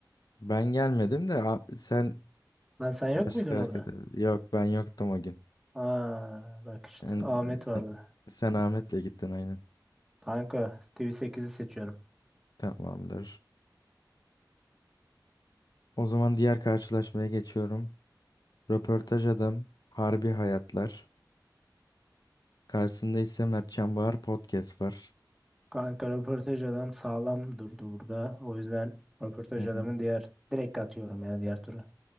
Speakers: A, on the left (about 60°); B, in the centre.
A: Ben gelmedim de a- sen
B: Lan sen yok
A: başka
B: muydun orada?
A: arkadaş. Yok ben yoktum o gün.
B: Aa bak işte
A: Sen,
B: Ahmet
A: sen,
B: vardı.
A: sen Ahmet'le gittin aynen.
B: Kanka TV8'i seçiyorum.
A: Tamamdır. O zaman diğer karşılaşmaya geçiyorum. Röportaj adam Harbi Hayatlar. Karşısında ise Mertcan Bahar Podcast var.
B: Kanka röportaj adam sağlam durdu burada. O yüzden röportaj
A: Hı hı.
B: adamın diğer direkt atıyorum yani diğer tura.